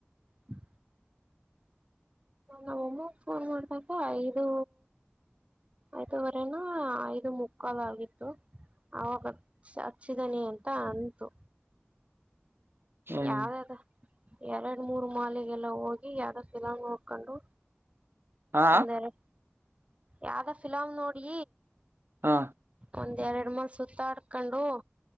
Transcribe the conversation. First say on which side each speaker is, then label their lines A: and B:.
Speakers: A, on the right; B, on the right.
A: ಹ್ಮ ನನ್ ಒಮ್ಮಾಗ ಫೋನ್ ಮಾಡಿದಾಗ ಇದು ಆಯದವರೆನಾ ಐದು ಮುಕ್ಕಾಲು ಆಗಿತ್ತು ಅವಾಗಚ್ಚ ಹಚ್ಚಿದನಿ ಅಂತ ಅಂಟು
B: ಹ್ಮ್
A: ಯಾವ್ದ ಅದ ಎರಡು ಮೂರು ಮಾಲೆಿಗೆಲ್ಲ ಹೋಗಿ ಯಾರೋ ಚಫಿಲಂಗ್ ನೋಡ್ಕೊಂಡು
B: ಹಾ
A: ಅಂದರೆ ಯಾವ್ದ ಫಿಲಾಮ್ ನೋಡಿ
B: ಹಾ
A: ಒಂದ ಎರಡು ಮಲ್ ಸುತ್ತಾಡ್ಕೊಂಡು